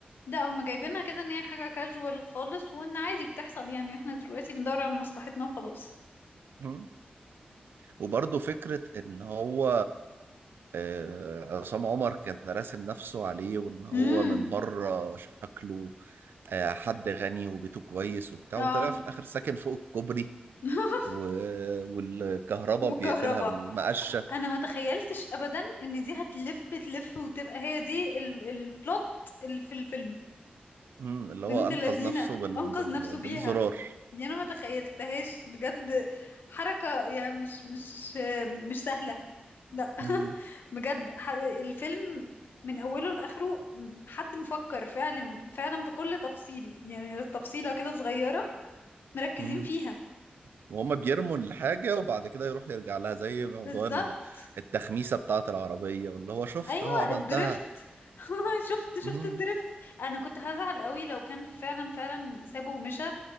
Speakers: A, on the left; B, on the right.
A: ده هم جايبينها كده ان هي حاجة كاجوال خالص وان عادي بتحصل يعني احنا دلوقتي بندور على مصلحتنا وخلاص
B: مم. وبرضه فكره ان هو آه، عصام عمر كان راسم نفسه عليه وان هو
A: امم
B: من بره شكله آه، حد غني وبيته كويس وبتاع
A: اه
B: وطلع في الاخر ساكن فوق الكوبري
A: <laughs>
B: و... والكهرباء
A: والكهرباء
B: بيقفلها بالمقشة
A: انا ما تخيلتش ابدا ان دي هتلف تلف وتبقى هي دي ال- البلوت اللي في الفيلم
B: مم. اللي
A: بنت
B: هو أنقذ
A: لذينة
B: نفسه بال...
A: انقذ
B: بال...
A: نفسه
B: بالزرار
A: بيها دي انا ما تخيلتهاش بجد حركة يعني مش مش مش سهلة لا <laughs>
B: مم.
A: بجد ح- الفيلم من اوله لاخره حد مفكر فعلا فعلا في كل تفصيل يعني تفصيلة كده صغيرة مركزين
B: مم.
A: فيها
B: وهم بيرموا الحاجة وبعد كده يروح يرجع لها زي موضوع
A: بالظبط
B: ال- التخميسة بتاعة العربية واللي هو شفتها
A: ايوه
B: عملتها
A: الدريفت <laughs> شفت شفت
B: مم.
A: الدريفت انا كنت هزعل قوي لو كان فعلا فعلا سابه ومشى